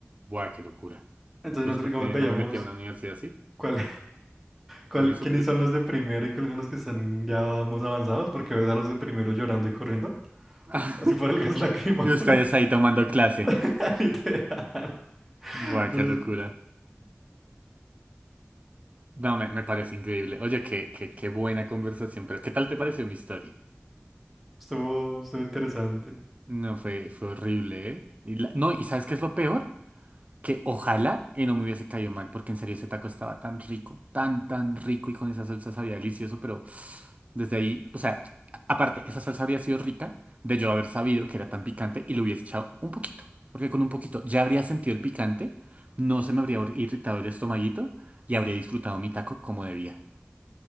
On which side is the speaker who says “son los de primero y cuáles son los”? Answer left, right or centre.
Centre